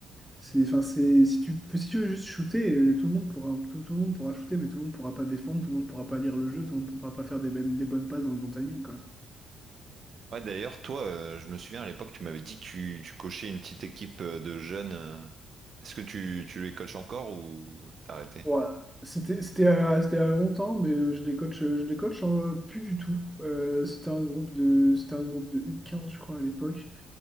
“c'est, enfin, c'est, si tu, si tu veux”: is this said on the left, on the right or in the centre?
Centre